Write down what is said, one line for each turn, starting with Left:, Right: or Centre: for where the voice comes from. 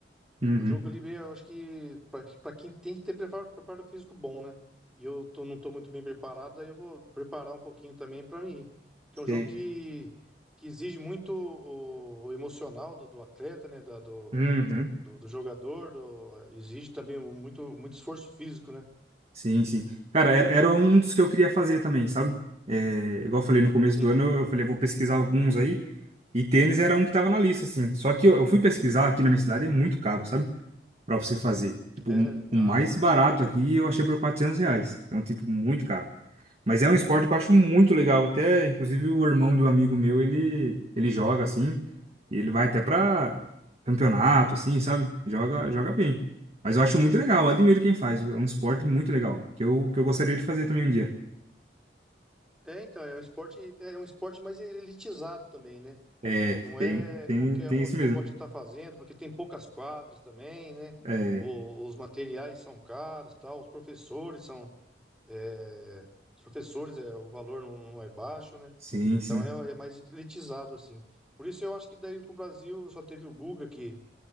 Right: Uhum.
Centre: é um jogo ali, meio, eu acho que pra que- pra quem tem que ter preparo, preparo físico bom, né? E eu tô- não tô muito bem preparado, aí eu vou preparar um pouquinho também pra mim ir. Porque é um
Right: Sei.
Centre: jogo que, que exige muito o, o emocional do, do atleta, né? Da- do,
Right: Uhum.
Centre: do, do jogador, do- exige também muito, muito esforço físico, né?
Right: Sim, sim. Cara, era, era um dos que eu queria fazer também, sabe? É, igual eu falei no começo
Centre: Sim,
Right: do ano, eu, eu falei, eu vou pesquisar alguns aí, e tênis era um que tava na lista, assim. Só que eu, eu fui pesquisar aqui na minha cidade, é muito caro, sabe? pra você fazer. Tipo,
Centre: é,
Right: um- o
Centre: cara.
Right: mais barato aqui eu achei por 400 reais. Então, tipo, muito caro. Mas é um esporte que eu acho muito legal. Até, inclusive, o irmão de um amigo meu, ele, ele joga assim. E ele vai até pra campeonato, assim, sabe? Joga, joga bem. Mas eu acho muito legal, eu admiro quem faz. É um esporte muito legal, que eu, que eu gostaria de fazer também um dia.
Centre: É, então, é um esporte, é é um esporte mais elitizado também, né?
Right: É,
Centre: Não
Right: tem,
Centre: é
Right: tem,
Centre: qualquer
Right: tem
Centre: um
Right: isso
Centre: ali
Right: mesmo.
Centre: que pode estar fazendo, porque tem poucas quadras também, né?
Right: É,
Centre: O- os materiais são caros, tal, os professores são, é, os professores, é, o valor não, não é baixo, né?
Right: sim,
Centre: Então
Right: sim.
Centre: é, é mais elitizado assim. Por isso eu acho que daí que o Brasil só teve o Guga que,